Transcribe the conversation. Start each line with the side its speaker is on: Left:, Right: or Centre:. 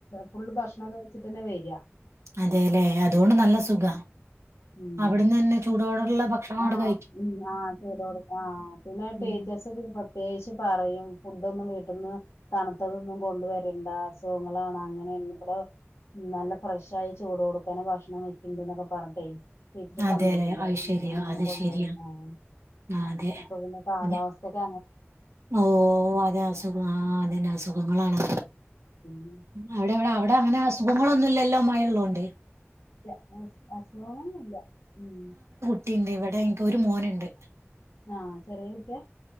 Left: ഫുള് ഭക്ഷണം ച്ട്ടന്നെ വരിക
Right: അതെല്ലെ അതുകൊണ്ട് നല്ല സുഖ
Left: ഉം
Right: അവിടുന്ന് തന്നെ ചൂടോടുള്ള ഭക്ഷണ <unintelligible>
Left: ആ ആ ചെയ്ത കൊടുക്ക ആ പിന്നെ ടീച്ചേഴസ്
Right: ഉം
Left: പിന്നെ പ്രത്യേകിച്ച് പറയും ഫു ടൊന്നും വീട്ടന്ന് തണുത്തതൊന്നും കൊണ്ട് വരണ്ട അസുഖങ്ങളാണ് അങ്ങനെ ഇവിടെ നല്ല ഫ്രഷ് ആയി ചൂടോട്ക്കന്നെ ഭക്ഷണം വെക്ക്ണ്ട് എന്നൊക്കെ പറഞ്ഞട്ടെ ടീച്ചർ
Right: അതെല്ലെ
Left: സമ്മയക്കില്ല
Right: അത് ശരിയാ
Left: ഒന്നും
Right: അത്
Left: കൊണ്ടുവാ
Right: ശരിയാ
Left: ആഹ്
Right: ആഹ് അതെ
Left: ഇപ്പൊ പിന്നെ കാലാവസ്ഥ
Right: അതെ.
Left: ക്കെ
Right: ഓ അതെ അസുഖ ആ അതന്നെ അസുഖങ്ങളാണ്
Left: ഉം
Right: അവിടെ ഇവിടെ അവിടെ അങ്ങനെ അസുഖങ്ങളൊന്നുംല്ലല്ലോ മഴള്ളൊണ്ട്
Left: അ അസുഖകളൊന്നും ഇല്ല ഉം
Right: കുട്ടിണ്ട് ഇവിടെ എനിക് ഒരു മോനുണ്ട്
Left: ആ ചെറിയ കുട്ടിയാ